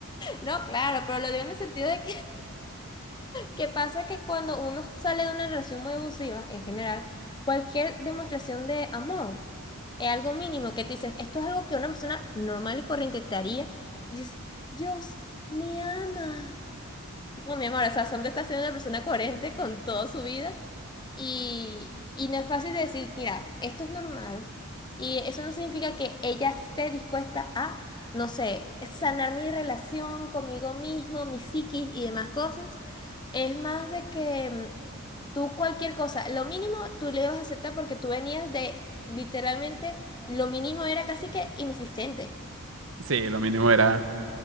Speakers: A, on the left; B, on the right.
A: No, claro, pero lo digo en el sentido de Que pasa que cuando uno sale de una relación muy abusiva, en general, cualquier demostración de amor es algo mínimo que te dicen, esto es algo que una persona normal y corriente te haría. Dices, Dios, me ama. No, mi amor, o sea, Sombra está siendo una persona coherente con toda su vida y, y no es fácil de decir, mira, esto es normal y eso no significa que ella esté dispuesta a, no sé, sanar mi relación conmigo mismo, mi psiquis y demás cosas. Es más de que mm, tú cualquier cosa, lo mínimo tú le vas a aceptar porque tú venías de, literalmente, lo mínimo era casi que inexistente,
B: Sí, lo mínimo era.